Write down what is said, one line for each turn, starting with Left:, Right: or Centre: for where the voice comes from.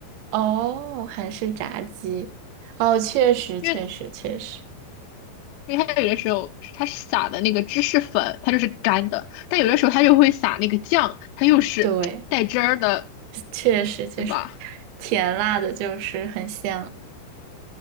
Right: 哦，韩式炸鸡，哦，确实，
Left: 因为
Right: 确实，确实，
Left: 因为它有的时候它是撒的那个芝士粉，它就是干的，但有的时候它就会撒那个酱，它又是带汁儿的，
Right: 对，确实，确实，
Left: 是吧？
Right: 甜辣的就是很香。